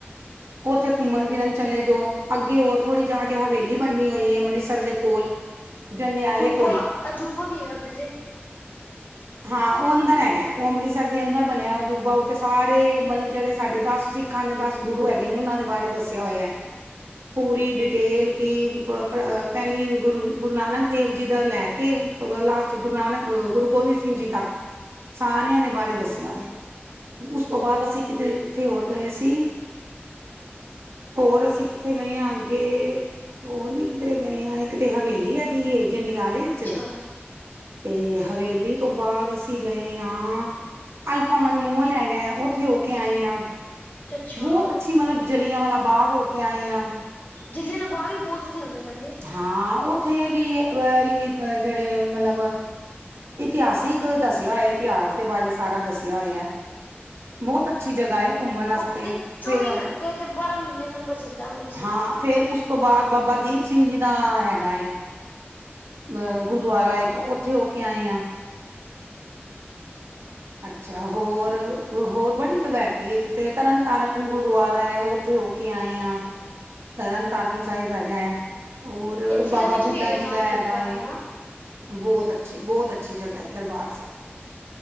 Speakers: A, on the right; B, on the left.
A: ਉੱਥੇ
B: ਹਮ
A: ਘੁੰਮਣ ਫਿਰਨ ਚਲੇ ਜਾਓ ਅੱਗੇ ਹੋਰ ਥੋੜ੍ਹੀ ਜਾ ਕੇ ਹਵੇਲੀ ਬੰਨੀ ਹੋਈ ਹੈ ਅੰਮ੍ਰਿਤਸਰ ਦੇ ਕੋਲ ਜੰਡਿਆਲੇ
B: ਬ
A: ਕੋਲ
B: ਅਜੂਬਾ ਵੀ ਹੈਗਾ ਓਦੇ ਤੇ
A: ਹਾਂ ਉਹ ਅੰਦਰ ਹੈਗੇ ਉਹ ਅੰਮ੍ਰਿਤਸਰ ਦੇ ਅੰਦਰ ਬਣਿਆ ਅਜੂਬਾ ਉੱਥੇ ਸਾਰੇ ਮਤਲਬ ਜਿਹੜੇ ਸਾਡੇ ਦਸ ਸਿ ਖਾਂ ਦੇ ਦਸ ਗੁਰੂ ਹੈਗੇ ਨੇ ਉਹਨਾਂ ਦੇ ਬਾਰੇ ਦੱਸਿਆ ਹੋਇਆ ਹੈ।
B: <inaudible>
A: ਪੂਰੀ ਡਿਟੇਲ ਕਿ
B: ਹੂੰ,
A: ਪਹਿਲੀ ਗੁਰੂ- ਗੁਰੂ ਨਾਨਕ ਦੇਵ ਜਿੱਦਾਂ ਲੈ ਕੇ ਉਸ ਤੋਂ ਬਾਅਦ ਲਾਸਟ ਗੁਰੂ ਨਾਨਕ ਉਹ ਗੁਰੂ ਗੋਬਿੰਦ ਸਿੰਘ ਜੀ ਤੱਕ ਸਾਰਿਆਂ ਦੇ ਬਾਰੇ ਦੱਸਿਆ ਹੋਇਆ। ਉਸ ਤੋਂ ਬਾਅਦ ਅਸੀਂ ਕਿਤੇ ਕਿੱਥੇ ਹੋਰ ਗਏ ਸੀ।
B: <inaudible>
A: ਹੋਰ ਅਸੀਂ ਕਿੱਥੇ ਗਏ ਹਾਂ ਅੱਗੇ ਹੋਰ ਵੀ ਕਿਧਰੇ ਗਏ ਹ ਇੱਕ ਤੇ ਹਵੇਲੀ ਹੈਗੀ। ਜੰਡੀਆਲੇ 'ਚ
B: ਅੱਛਾ
A: ਤੇ ਹਵੇਲੀ ਤੋਂ ਬਾਅਦ ਅਸੀਂ ਗਏ ਆਂ। ਅਲਫਾਵੰਨ ਮੋਲ ਹੈਗਾ ਆ ਉਥੇ ਹੋ ਕੇ ਆਏ ਆਂ।
B: ਅੱਛਾ
A: ਬਹੁਤ ਅੱਛੀ ਮਤਲਬ ਜਲਿਆਂ ਵਾਲਾ ਬਾਗ ਹੋ ਕੇ ਆਏ ਆ।
B: ਜਲਿਆਂ ਵਾਲਾ ਬਾਗ਼ ਵੀ ਬਹੁਤ ਵਧੀਆ ਹੁੰਦਾ ਕਹਿੰਦੇ।
A: ਹਾਂ ਉੱਥੇ ਵੀ ਇ <inaudible> ਜਿਹੜੇ ਮਤਲਬ ਇਤਿਹਾਸਿਕ ਦੱਸਿਆ ਹੋਇਆ ਇਤਿਹਾਸ ਦੇ ਬਾਰੇ ਸਾਰਾ ਦੱਸਿਆ ਹੋਇਆ। ਬਹੁਤ ਅੱਛੀ ਜਗ੍ਹਾ ਹੈ ਘੁੰਮਣ ਵਾਸਤੇ
B: ਉਦੇ ਤੇ ਚੌਵੀ
A: ਫਿਰ
B: ਘੰਟੇ ਤੇ ਬਾਰਾਂ ਮਹੀਨੇ ਲੰਗਰ ਚੱਲਦਾ ਅੰਮ੍ਰਿਤਸਰ
A: ਹਾਂ। ਫੇਰ ਉਸ ਤੋਂ ਬਾਅਦ ਬਾਬਾ ਦੀਪ ਸਿੰਘ ਜੀ ਦਾ ਹੈਗਾ ਏ। ਅ ਗੁਰਦੁਆਰਾ ਇੱਕ ਉੱਥੇ ਹੋ ਕੇ ਆਏ ਹਾਂ। ਅੱਛਾ ਹੋਰ ਹੋਰ ਬੜੀ ਜਗ੍ਹਾ ਹੈਗੀ ਐ ਜਿੱਥੇ ਤਰਨ ਤਾਰਨ ਗੁਰਦੁਆਰਾ ਹੈ ਉੱਥੇ ਉਹ ਕੇ ਆਏ ਹਾਂ ਤਰਨ ਤਾਰਨ ਸਾਹਿਬ ਹੈਗਾ। ਹੋਰ
B: ਇੱਕ ਫਿਲਮ
A: ਬਾਬਾ
B: ਵਿੱਚ
A: ਬੁੱਢਾ
B: ਵੀ ਹੈਗਾ
A: ਜੀ
B: ਨਾਮ
A: ਦਾ ਹੈਗਾ
B: ਲਿੱਤਾ
A: ਏ।
B: ਹੋਇਆ ਹਨਾ
A: ਬਹੁਤ ਅੱਛੀ ਬਹੁਤ ਅੱਛੀ ਜਗਾ ਐ ਦਰਬਾਰ ਸਾਹਿਬ।